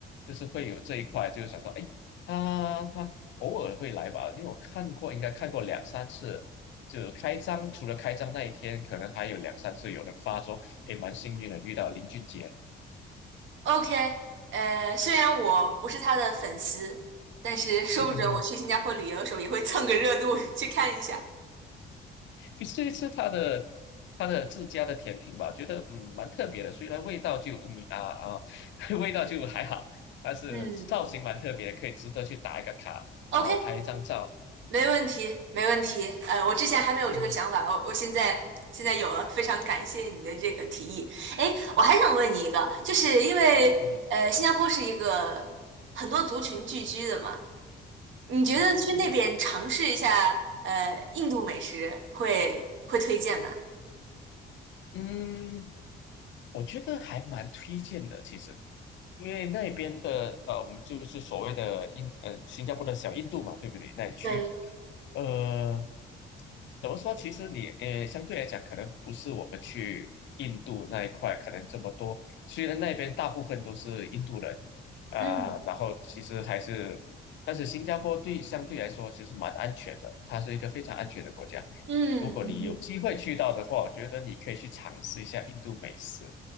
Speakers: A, on the left (about 70°); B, on the right (about 75°).
A: 就是会有这一块，就是想说，哎，他他偶尔会来吧，因为我看过，应该看过两三次，就开张，除了开张那一天，可能还有两三次有人发说，哎，蛮幸运的遇到林俊杰，
B: OK，呃，虽然我不是他的粉丝，但是说不准我去新加坡旅游的时候也会蹭个热度去看一下。
A: <laughs> 其实这一次它的它的自家的甜品吧，觉得嗯蛮特别的，虽然味道就嗯啊啊，<laughs> 味道就还好，但是造型蛮特别的可以值得去打一个卡，
B: 嗯，OK，
A: 然后拍一张照。
B: 没问题，没问题。呃，我之前还没有这个想法，
A: 嗯，
B: 我我现在现在有了，非常感谢你的这个提议。哎，我还想问你一个，就是因为呃，
A: <laughs>
B: 新加坡是一个很多族群聚居的嘛，你觉得去那边尝试一下呃印度美食会会推荐吗？
A: 对对对对对，嗯，我觉得还蛮推荐的，其实。因为那边的呃，我们就是所谓的印呃新加坡的小印度嘛，对不对？那一区，
B: 对，
A: 呃，怎么说？其实你呃相对来讲，可能不是我们去印度那一块可能这么多。虽然那边大部分都是印度人啊、
B: 嗯
A: 然后其实还是，但是新加坡对相对来说其实蛮安全的，它是一个非常安全的国家。
B: 嗯嗯，
A: 如果你有机会去到的话，我觉得你可以去尝试一下印度美食。